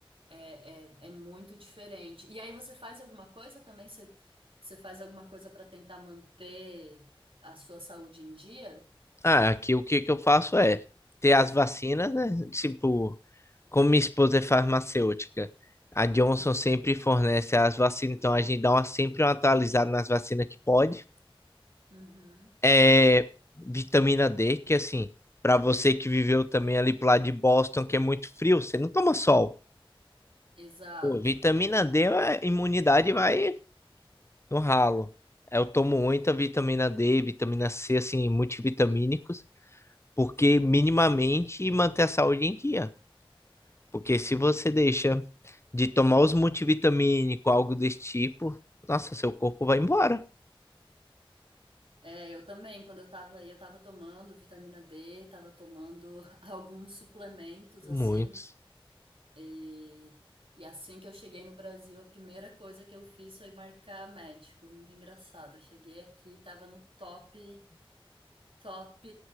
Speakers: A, on the right (about 75°); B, on the left (about 30°).
A: é, é muito diferente. E aí você faz alguma coisa também? Você, você faz alguma coisa para tentar manter a sua saúde em dia?
B: Ah, aqui o que que eu faço é ter as vacinas, né? Tipo, Como minha esposa é farmacêutica, a Johnson sempre fornece as vacinas, então a gente dá uma, sempre uma atualizada nas vacinas que pode.
A: Uhum,
B: É, vitamina D, que assim, para você que viveu também ali pro lado de Boston, que é muito frio, você não toma sol.
A: exato.
B: Pô, vitamina D, a imunidade vai no ralo. Eu tomo muita vitamina D, vitamina C, assim, multivitamínicos, porque minimamente manter a saúde em dia. Porque se você deixa de tomar os multivitamínicos, algo desse tipo, nossa, seu corpo vai embora.
A: É, eu também, quando eu tava aí, eu tava tomando vitamina D, tava tomando <laughs> alguns suplementos,
B: Muitos.
A: assim, e, e assim que eu cheguei no Brasil, a primeira coisa que eu fiz foi marcar médico, muito engraçado, eu cheguei aqui, tava no top Top